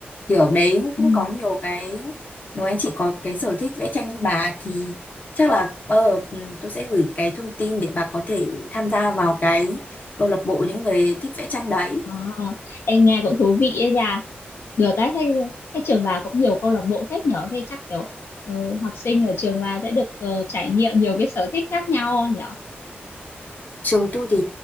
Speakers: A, on the left (about 45°); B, on the left (about 80°).
A: thì ở đấy cũng
B: Ừ.
A: có nhiều cái nếu anh chị có cái sở thích vẽ tranh như bà thì chắc là ờ, ừ, tôi sẽ gửi cái thông tin để bà có thể tham gia vào cái câu lạc bộ những người thích vẽ tranh đấy
B: À, em nghe cũng thú vị ấy nhỉ được cái thế, thế trường bà cũng nhiều câu lạc bộ phết nhỏ thế chắc kiểu ừ, học sinh ở trường bà sẽ được ờ, trải nghiệm nhiều cái sở thích khác nhau nhỏ
A: trường tôi thì